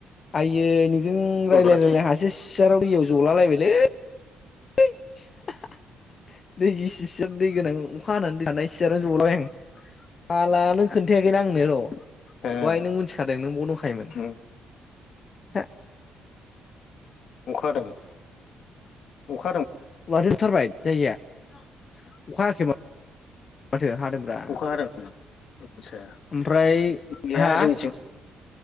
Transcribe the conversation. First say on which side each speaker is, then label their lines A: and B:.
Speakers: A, on the left; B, on the left.
A: आइयै जों
B: गवालपाराथिं
A: रायज्लाय रायलाय हासे सियाराव दैयाव जला लायबाय लै <unintelligible> दै गिसे सि दै गोनां अखा हानानै दै हानाय सियानो जलबाय आं फाग्ला नों खोन्थायाखैना आंनो र
B: ए
A: बहाय नों मिथिखादों नों बाव दंखायोमोन
B: उम
A: हो
B: अखा हादों अखाफोर
A: <unintelligible> थारबाय जायगाया अखा हायाखैमोन माथो हादोंब्रा
B: अखा हादों आदसा
A: ओमफ्राय
B: गैया
A: हा
B: जोंनिथिं